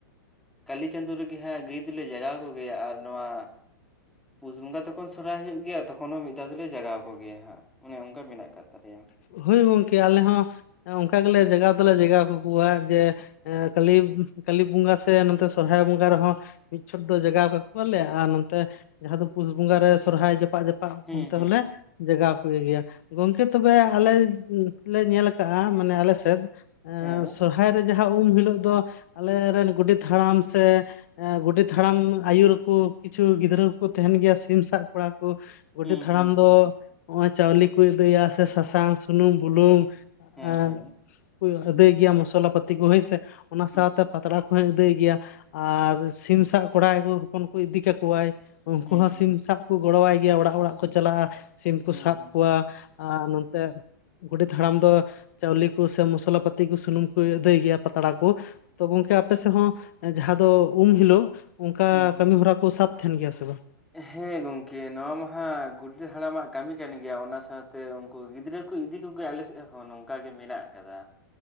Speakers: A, in the centre; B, on the left.
A: ᱠᱟᱹᱞᱤ ᱪᱟᱸᱫᱳ ᱨᱮᱜᱮ ᱦᱟᱸᱜ ᱜᱟᱹᱭ ᱫᱚᱞᱮ ᱡᱟᱜᱟᱣ ᱠᱚᱜᱮᱭᱟ ᱟᱨ ᱱᱚᱣᱟ ᱯᱩᱥ ᱵᱚᱸᱜᱟ ᱛᱚᱠᱷᱚᱱ ᱥᱚᱦᱨᱟᱭ ᱦᱩᱭᱩᱜ ᱜᱮᱭᱟ ᱛᱚᱠᱷᱚᱱ ᱦᱚᱸ ᱢᱤᱫ ᱫᱷᱟᱣ ᱫᱚᱞᱮ ᱡᱟᱜᱟᱣ ᱠᱚ ᱜᱮᱭᱟ ᱦᱟᱸᱜ ᱚᱱᱮ ᱚᱱᱠᱟ ᱢᱮᱱᱟᱜ ᱠᱟᱫ ᱛᱟᱞᱮᱭᱟ
B: ᱦᱳᱭ ᱜᱚᱝᱠᱮ ᱟᱞᱮ ᱦᱚᱸ ᱚᱱᱠᱟ ᱜᱮᱞᱮ ᱡᱟᱜᱟᱣ ᱫᱚᱞᱮ ᱡᱟᱜᱟᱣ ᱠᱟᱠᱚᱣᱟ ᱡᱮ ᱮ ᱠᱟᱹᱞᱤ ᱠᱟᱹᱞᱤ ᱵᱚᱸᱜᱟ ᱥᱮ ᱱᱚᱛᱮ ᱥᱚᱦᱨᱟᱭ ᱵᱚᱸᱜᱟ ᱨᱮᱦᱚᱸ ᱢᱤᱫ ᱪᱷᱚᱴ ᱫᱚ ᱡᱟᱜᱟᱣ ᱠᱟᱠᱚᱣᱟᱞᱮ ᱟᱨ ᱱᱚᱛᱮ ᱡᱟᱦᱟᱸ ᱫᱚ ᱯᱩᱥ ᱵᱚᱸᱜᱟ ᱨᱮ ᱥᱚᱦᱨᱟᱭ ᱡᱟᱯᱟᱜ ᱡᱟᱯᱟᱜ
A: ᱦᱩᱸ
B: ᱚᱱᱛᱮ
A: ᱦᱩᱸ
B: ᱦᱚᱸᱞᱮ
A: ᱦᱩᱸ ᱦᱩᱸ
B: ᱡᱟᱜᱟᱣ ᱠᱚ ᱜᱮᱭᱟ ᱜᱚᱝᱠᱮ ᱛᱚᱵᱮ ᱟᱞᱮ ᱞᱮ ᱧᱮᱞ ᱟᱠᱟᱜᱼᱟ ᱢᱟᱱᱮ ᱟᱞᱮ ᱥᱮᱫ
A: ᱦᱮᱸ
B: ᱥᱚᱨ ᱦᱟᱭ ᱨᱮ ᱡᱟᱦᱟᱸ ᱩᱢ ᱦᱤᱞᱚᱜ ᱫᱚ ᱟᱞᱮᱨᱮ ᱨᱮᱱ ᱜᱳᱰᱮᱛ ᱦᱟᱲᱟᱢ ᱥᱮ ᱮᱸ ᱜᱳᱰᱮᱛ ᱛᱟᱲᱟᱢ ᱟᱭᱩᱨ ᱠᱩ ᱠᱤᱪᱷᱩ ᱜᱤᱫᱽᱨᱟᱹ ᱠᱚᱠᱚ ᱛᱟᱦᱮᱱ ᱜᱮᱭᱟ ᱥᱤᱢ ᱥᱟᱵ ᱠᱚᱲᱟ ᱠᱩ ᱜᱳᱰᱮᱛ
A: ᱦᱩᱸ
B: ᱛᱟᱲᱟᱢ
A: ᱦᱩᱸ ᱦᱩᱸ
B: ᱫᱚ
A: ᱦᱩᱸ
B: ᱱᱚᱜᱚᱭ ᱪᱟᱣᱞᱮ ᱠᱚ ᱟᱹᱫᱟᱹᱭᱟ ᱥᱮ ᱥᱟᱥᱟᱝ, ᱥᱩᱱᱩᱢ, ᱵᱩᱞᱩᱝ
A: ᱦᱮᱸ
B: ᱮ
A: ᱦᱮᱸ
B: ᱠᱩᱭ ᱟᱹᱫᱟᱹᱭ ᱜᱮᱭᱟ ᱢᱚᱥᱞᱟ ᱯᱟᱹᱛᱤ ᱠᱚ ᱦᱳᱭ ᱥᱮ ᱚᱱᱟ
A: ᱦᱩᱸ
B: ᱥᱟᱶᱛᱮ ᱯᱟᱛᱲᱟ ᱠᱚᱭ ᱟᱹᱫᱟᱹᱭ ᱜᱮᱭᱟ ᱟᱨ ᱥᱤᱢ ᱥᱟᱵ ᱠᱚᱲᱟ ᱜᱮᱠᱩ ᱦᱚᱯᱚᱱ ᱠᱚ ᱤᱫᱤ ᱠᱮᱠᱩᱣᱟᱭ ᱩᱱᱠᱩ
A: ᱦᱩᱸ
B: ᱦᱚᱸ
A: ᱦᱩᱸ
B: ᱥᱤᱢ ᱥᱟᱵ ᱠᱚ ᱜᱚᱲᱚᱣᱟᱭ ᱜᱮᱭᱟ ᱚᱲᱟᱜ ᱚᱲᱟᱜ ᱠᱚ ᱪᱟᱞᱟᱜᱼᱟ ᱥᱤᱢ ᱠᱚ
A: ᱦᱩᱸ
B: ᱥᱟᱵ᱾
A: ᱦᱩᱸ ᱦᱩᱸ
B: ᱱᱚᱛᱮ ᱜᱳᱰᱮᱛ ᱦᱟᱲᱟᱢ ᱫᱚ ᱪᱟᱣᱞᱮ ᱠᱚ ᱥᱮ ᱢᱚᱥᱞᱟ ᱯᱟᱹᱛᱤ ᱠᱩ ᱥᱩᱱᱩᱢ ᱠᱚ ᱟᱹᱫᱟᱹᱭ ᱜᱮᱭᱟ ᱯᱟᱛᱲᱟ ᱠᱩ᱾ ᱛᱚ ᱜᱚᱝᱠᱮ ᱟᱯᱮ ᱥᱮᱫ ᱦᱚᱸ ᱡᱟᱦᱟᱸ ᱫᱚ ᱩᱢ ᱦᱤᱞᱳᱜ ᱚᱱᱠᱟ
A: ᱦᱩᱸ ᱦᱩᱸ
B: ᱠᱟᱹᱢᱤ
A: ᱦᱩᱸ
B: ᱦᱚᱨᱟ ᱠᱚ ᱥᱟᱵ ᱛᱟᱦᱮᱱ ᱜᱮᱭᱟ ᱥᱮ ᱵᱟᱝ?
A: ᱦᱮᱸ ᱜᱚᱝᱠᱮ ᱱᱚᱣᱟ ᱢᱟᱦᱟᱜ ᱜᱳᱰᱮᱛ ᱦᱟᱲᱟᱢᱟᱜ ᱠᱟᱹᱢᱤ ᱠᱟᱱ ᱜᱮᱭᱟ ᱚᱱᱟ ᱥᱟᱶᱛᱮ ᱩᱱᱠᱩ ᱜᱤᱫᱽᱨᱟᱹ ᱠᱚ ᱤᱫᱤ ᱠᱚᱜᱮᱭᱟ ᱟᱞᱮ ᱥᱮᱫ ᱦᱚᱸ ᱱᱚᱝᱠᱟ ᱜᱮ ᱢᱮᱱᱟᱜ ᱟᱠᱟᱫᱟ᱾